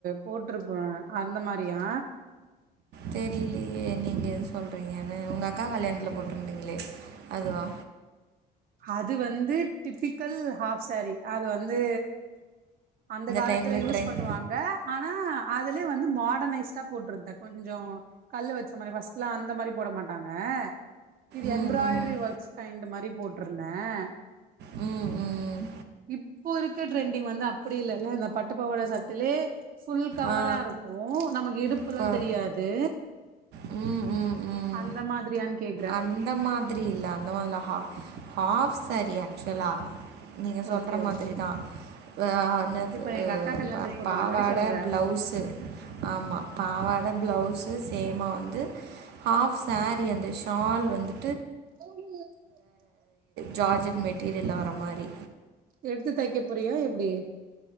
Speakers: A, on the right (about 60°); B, on the right (about 80°).
A: போட்ருப்பேன் அந்த மாரியா
B: தெரிலியே நீங்க எது சொல்றீங்கன்னு உங்க அக்கா கல்யாணத்துல போட்டிருந்தீங்களே அதுவா
A: அது வந்து டிபிக்கல் ஹாஃப் சாரி அது வந்து அந்த காலத்துல
B: டைமில்
A: யூஸ்
B: ட்ரெண்ட்
A: பண்ணுவாங்க ஆனா அதுலே வந்து மார்டன்னைஸ்டா போட்டுருந்தேன் கொஞ்சம் கல்லு வச்ச மாரி ஃபஸ்ட்லா அந்த மாரி போட மாட்டாங்க இது
B: ம்
A: எம்பிராய்டரி
B: ம்
A: ஒர்க்ஸ் கைண்ட் மாரி போட்டுருந்தேன்
B: ம் ம்
A: இப்போ இருக்க டிரெண்ட் <unintelligible> வந்து அப்டி இல்லல இந்த பட்டுப்பாவாட சட்டைலயே ஃபுல் கவரா
B: ஆ
A: இருக்கும் நமக்கு இடுப்புலா
B: இப்போ
A: தெரியாது
B: ம் ம் ம்
A: அந்த மாதிரியானு கேக்குறேன்
B: அந்த மாதிரி இல்ல அந்த மாதிரில ஹா ஹாஃப் சாரி ஆக்சுவலா நீங்க சொல்ற
A: ஓகே
B: மாதிரிதான்
A: ஓகே
B: ஆ என்னது
A: இப்ப எங்க அக்கா கல்யாணத்துக்கு
B: பா
A: போட்டிருந்த
B: பாவாட
A: மாரி சொல்ற
B: பிளவுஸ்சு ஆமா பாவாட பிளவுஸ்சு சேமா வந்து ஹாஃப் சாரி அந்த ஷால் வந்து
A: <unintelligible>
B: ஜார்ஜெட் மெட்டீரியல்ல வர மாரி
A: எடுத்து தைக்க போறியா எப்டி